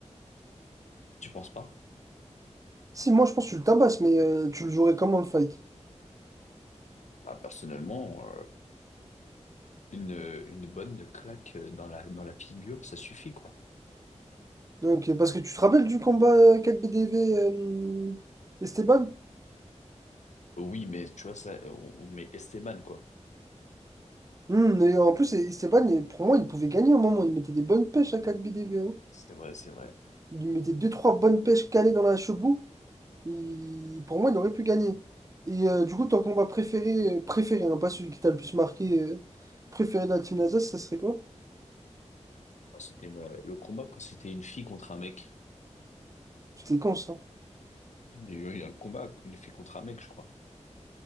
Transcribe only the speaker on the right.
Si, moi, je pense que tu le tabasses, mais euh, tu le jouerais comment le fight?
Donc, euh, parce que tu te rappelles du combat euh, 4BDV euh, Esteban?
Hum, et en plus, Esteban, il- pour moi, il pouvait gagner à un moment. Il mettait des bonnes pêches à 4BDV. hein.
Il lui mettait deux trois bonnes pêches calées dans la chebou. il- pour moi, il aurait pu gagner. Et euh, du coup, ton combat préféré, euh, préféré, hein, pas celui qui t'a le plus marqué, euh, préféré de la team Nasdaq, ça serait quoi?
C'était con, ça.